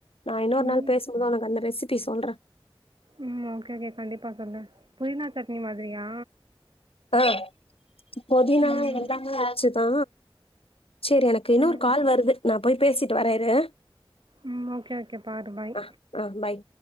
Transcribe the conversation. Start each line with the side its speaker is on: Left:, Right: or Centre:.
Left: நா இன்னொரு
Right: ம்
Left: நாள் பேசும்போத் உனக்கு அந்த ரெசிபி சொல்ற
Right: ம் ஓகே ஓகே கண்டிப்பா சொல்லு புதினா சட்னி மாதிரியா
Left: அ பொதினா
Right: ம்
Left: எல்லாமே ஆச்சிதா சேரி எனக்கு இன்னொரு
Right: ம்
Left: கால் வருது நா போய் பேசிட்டு வர இரு
Right: ம் ஓகே ஓகே பாரு பாய்
Left: ஆ ஆ பாய்